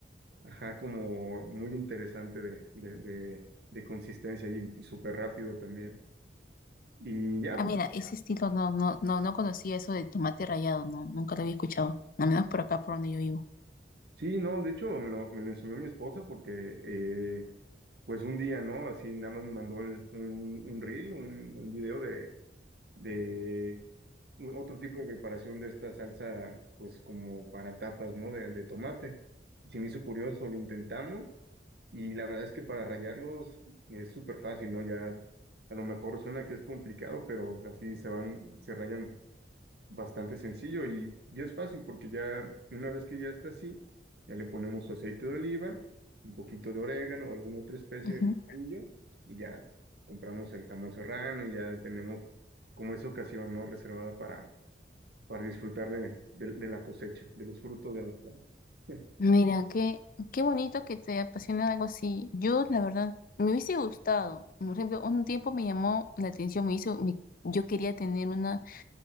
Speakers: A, on the right; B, on the left.
A: Ajá, como muy interesante de, de, de, de consistencia y, y súper rápido también. Y ya,
B: Ah,
A: pues,
B: mira, ese estilo no, no, no, no conocía eso del tomate rallado, no, nunca lo había escuchado. Al menos por acá, por donde yo vivo.
A: sí, no, de hecho me lo, me lo enseñó mi esposa porque, eh, pues un día, ¿no? Así nada más me mandó el- un, un reel, un, un video de, de un- otro tipo de preparación de esta salsa, pues como para tapas, ¿no? De, de tomate. Y se me hizo curioso, lo intentamos Y la verdad es que para rayarlos es súper fácil, ¿no? Ya a lo mejor suena que es complicado, pero así se van, se rayan bastante sencillo y, y es fácil porque ya una vez que ya está así, ya le ponemos su aceite de oliva, un poquito de orégano o alguna otra especie
B: Ujú.
A: de orgullo y ya compramos el jamón serrano y ya tenemos como esa ocasión, ¿no? Reservada para, para disfrutar de, de, de la cosecha, de los frutos de la planta. <laughs>
B: Mira, qué, qué bonito que te apasiona algo así. Yo, la verdad, me hubiese gustado. Por ejemplo, un tiempo me llamó la atención, me hizo, me- yo quería tener una